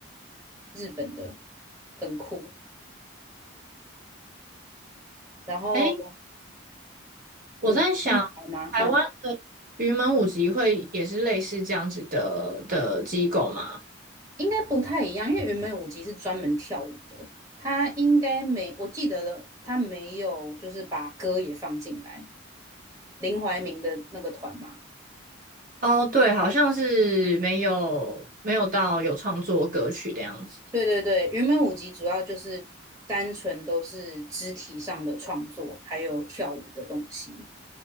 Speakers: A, on the right; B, on the right.
A: 日本的，很酷。然后
B: 哎，我在想，
A: 你会猜吗？
B: 台湾的云门舞集会也是类似这样子的的机构吗？
A: 嗯，应该不太一样，因为原本舞集是专门跳舞的，他应该没，我记得的，他没有就是把歌也放进来。林怀民的那个团嘛，
B: 哦，对，好像是没有没有到有创作歌曲的样子。
A: 对对对，原本舞集主要就是单纯都是肢体上的创作，还有跳舞的东西，